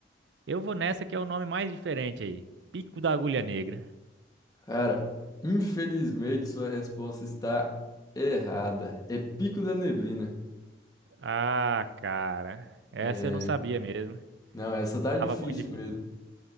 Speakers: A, on the right; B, on the left.
A: Eu vou nessa que é o nome mais diferente aí. Pico da Agulha Negra.
B: Cara, infelizmente sua resposta está errada. É Pico da Neblina.
A: Ah, cara, essa
B: É...
A: eu não sabia mesmo.
B: Não, essa tá
A: Tava
B: difícil
A: muito difícil.
B: mesmo.